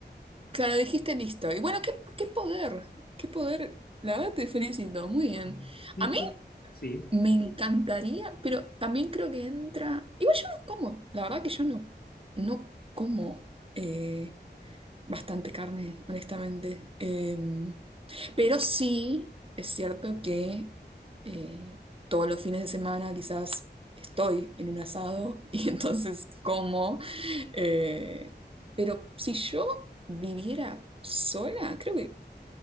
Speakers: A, on the right; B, on the left.
A: Claro, dijiste listo. Y bueno, qué, qué poder, qué poder. La verdad te felicito, muy bien.
B: Bueno, sí,
A: A mí
B: creo sí.
A: Me encantaría, pero también creo que entra. Igual yo no como, la verdad que yo no, no como eh, bastante carne, honestamente. Em, pero sí es cierto que eh, todos los fines de semana quizás estoy en un asado y <laughs> entonces como. eh, pero si yo viviera sola, creo que